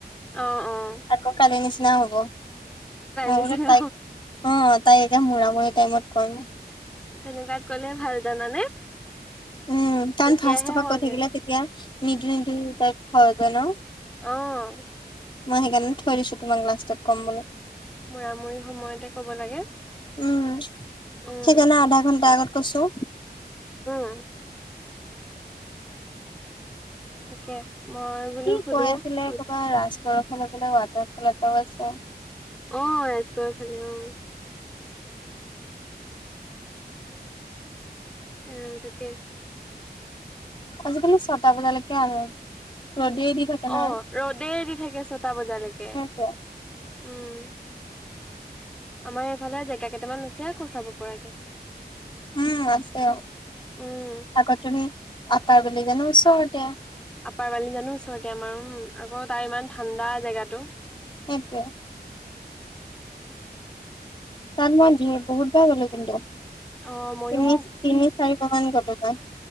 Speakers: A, in the centre; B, on the left (about 30°).
A: অহ অহ।
B: আকৌ কালি নিচিনা হ'ব অ
A: নিচিনা
B: বোলো তাইক অ তাই এতিয়া মূৰামুৰি টাইমত কই ন।
A: তেনেকুৱাত ক'লে ভাল জানানে
B: উম কাৰণ
A: তেতিয়াহে
B: ফাষ্টৰপা
A: হয়গে
B: কৈ থাকিলে তেতিয়া নিদু নিদু টাইপ হয় গৈ ন
A: অহ
B: মই সেইকাৰণে থৈ দিছো তোমাক লাষ্টত ক'ম বুলি
A: মুৰামুৰি সময়তে কব লাগে
B: উম
A: উম
B: সেইকাৰণে আধা ঘণ্টা আগত কৈছো
A: উ <unintelligible> তাকে মই বোলো
B: ই
A: সুধো
B: কৈ আছিলে
A: ক'ত
B: ক'ৰবাৰ ৰাজ গঢ়ফালে গলে ৱাটাৰফল এটাও আছে
A: অ ৰাজগৰ ফালে অ আহ তাকে
B: আজিকালি ছটা বজালৈকে আহে ৰ'দেই দি থাকে
A: অ
B: নহয়
A: ৰ'দে দি থাকে ছটা বজালৈকে
B: সেইটোৱে
A: উম। আমাৰ এইফালে জেগা কেইটামান আছে আকৌ চাব পৰাকে
B: উম আছে
A: উম
B: আগত তুমি আপ বুলি জানো ওচৰতে।
A: আপাৰ বালি জানো ওচৰত। এতিয়া আমাৰ উম আকৌ তাৰ ইমান ঠাণ্ডা জেগাতো।
B: সেইটোৱে তাত মই বহুত বাৰ গলো কিন্তু।
A: অ
B: তিনি
A: মইয়ো
B: তিনি চাৰি বাৰ মান গলো তাত।